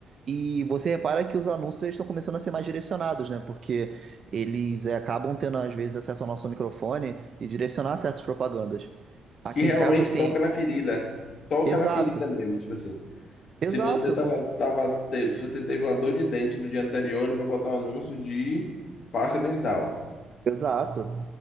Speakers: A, on the right; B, on the left.
A: E você repara que os anúncios eles estão começando a ser mais direcionados, né? Porque eles eh, acabam tendo, às vezes, acesso ao nosso microfone e direcionar certas propagandas. Aqui
B: que realmente
A: em casa tem.
B: toca na ferida, toca
A: Exato,
B: na ferida mesmo, tipo assim.
A: exato,
B: Se você tava, tava, teve, se você teve uma dor de dente no dia anterior, ele vai botar um anúncio de pasta dental.
A: Exato.